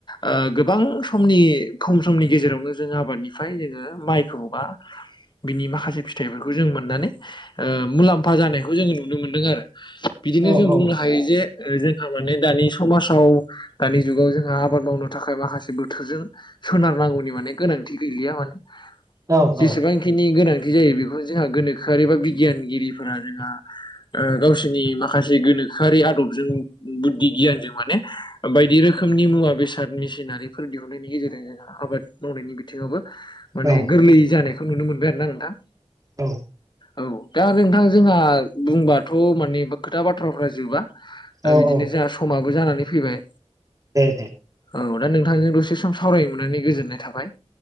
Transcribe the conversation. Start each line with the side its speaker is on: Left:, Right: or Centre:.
Left: ओ गोबां समनि खम समनि गेजेरावनो जोंङो आबादनिफ्राय जोंङो माइखौबा बिनि माखासे फिथाइफोरखौ जों मोननानै ओ मुलाम्फा जानायखौ जोंङो नुनो मोनदों आरो। बिदिनो
Right: औ
Left: जों
Right: औ
Left: बुंनो हायो जे जोंहा माने दानि समाजाव दानि जुगाव जोंहा आबाद मावनो थाखाय माखासे बोथोरजों सोनारनांगौनि माने गोनांथि गैलिया माने
Right: औ
Left: जेसेबां
Right: औ
Left: बेखिनि गोनांथि जायो बेखौनो जोंहा गोनोखोआरि बा बिगियान गिरिफोरा जोंहा गावसोरनि माखासे गोनोखोआरि आदबजों बुद्धि गियानजों माने बायदि रोखोमनि मुवा बेसादनि मिसिनारिफोर दिहुननायनि गेजेरजों आबाद मावनायनि बिथिङावबो माने
Right: औ
Left: गोरलै जानायखौ नुनो मोनबाय आरो ना नोंथां।
Right: औ
Left: औ दा नोंथां जोंहा बुंबाथ माने खोथा बाथ्राफ्रा जोबा। दा
Right: औ
Left: बिदिनो
Right: औ
Left: जोंहा समाबो जानानै फैबाय
Right: दे दे
Left: औ दा नोंथांजों दसे सम सावरायनो मोननानै गोजोननाय थाबाय।